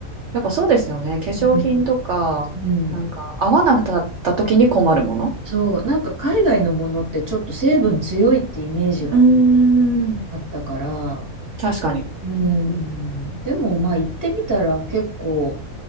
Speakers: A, on the right; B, on the right.
A: やっぱそうですよね。化粧品とか、
B: うんうん
A: なんか合わなかった時に困るもの。
B: そう、なんか海外のものってちょっと成分強いってイメージが
A: うーん。
B: あったから、
A: 確かに。
B: うん、
A: うんうん。
B: でもまあ行ってみたら結構